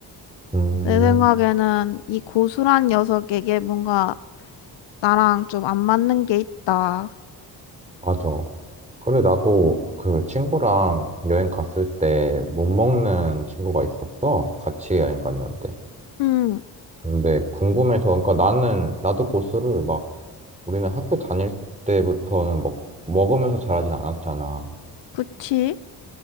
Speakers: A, on the right; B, on the left.
A: 음,
B: 내 생각에는 이 고수란 녀석에게 뭔가 나랑 좀 안 맞는 게 있다.
A: 맞아. 그래, 나도 그 친구랑 여행 갔을 때 못 먹는 친구가 있었어. 같이 여행 갔는데.
B: 음,
A: 근데 궁금해서, 그러니까 나는, 나도 고수를 막, 우리는 학교 다닐 때부터는 먹, 먹으면서 자라진 않았잖아.
B: 그치?